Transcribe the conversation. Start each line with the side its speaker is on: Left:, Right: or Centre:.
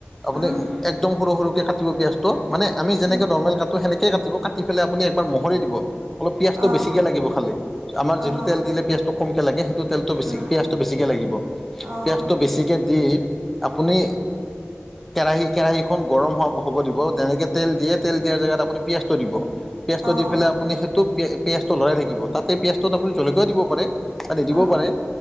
Centre: আপুনি
Right: উম
Centre: একদম সৰু সৰুকৈ কাটিব পিঁয়াজটো। মানে আমি যেনেকে
Right: উম
Centre: নৰ্মেল কাটো সেনেকে কাটো কাটি পেলে আপুনি একবাৰ মহাৰি দিব অলপ পিয়া টো
Right: অঁ
Centre: বেছিকে লাগিব খালি আমাৰ যিটো
Right: অহ
Centre: তেল দিলে পিয়াঁজটো কমকে লাগে সেইটোত। তেলটো বেছি
Right: উম
Centre: পিয়াঁজটো বেছিকে লাগিব
Right: অঁ
Centre: পিয়াঁজটো বেছিকে দি। আপুনি কেৰাহী কেৰাহীখন গৰম হ হ'ব দিব তেনেকে। তেল দিয়ে তেল দিয়াৰ জেগাত আপুনি পিয়াঁজটো দিব পিয়াঁজটো
Right: অঁ
Centre: দি পেলাই আপুনি সেইটো পি পিঁয়টো লৰাই থাকিব তাতে পিয়াঁজটোত আপুনি জলকীয়াও দিব পাৰে। তাত নিদিবও
Right: অঁ
Centre: পাৰে